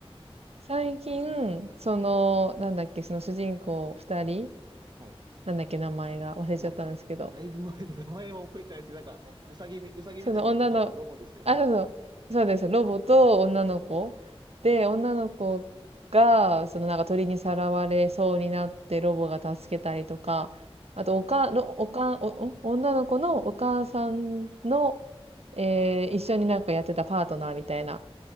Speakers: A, on the right; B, on the right.
A: 最近、その、なんだっけ、その主人公二人、
B: はい。い
A: なんだっけ、名前が忘れちゃったんですけど、
B: や、もうだいぶ前で名前は覚えてないですけど、なんか、うさぎみ、うさぎみたいなやつとロボですよね。
A: その女の、あ、そうそう、そうです。ロボと女の子。で、
B: はい。
A: 女の子が、そのなんか鳥にさらわれそうになってロボが助けたりとか、あと、
B: はいはい。
A: おか、ろおか、お、お女の子のお母さんの、えー一緒になんかやってたパートナーみたいな